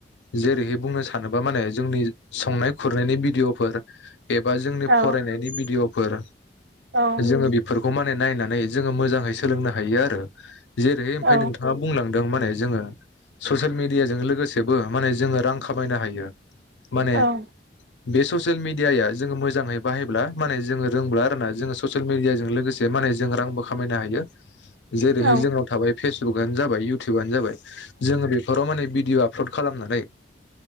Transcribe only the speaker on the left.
जेरैहाय बुंनो सानोबा माने जोंनि संनाय खुरनायनि भिडिअ'फोर एबा जोंनि
फरायनायनि भिडिअ' फोर
जोङो बेफोरखौ मा नायनानै जोङो मोजांङै सोलोंनो हायो आरो। जेरै ओमफ्राय
नोंथाङा बुंलां दों माने जोङो ससियेल मेदियाजों लोगोसेबो माने जोङो रां खामायनो हायो। माने
बे स सियेल मिडियाया जोङो मोजाङै बाहायब्ला माने जोङो रोंब्ला आरो ना जोङो ससियेल मिडियाजों लोगोसे माने जों रांबो खामायनो हायो। जेरैहाय
जोंनाव थाबाय फेसबुकआनो जाबाय इउटुबानो जाबाय जोङो बेफोराव माने भि डिअ' आपल'ड खालामनानै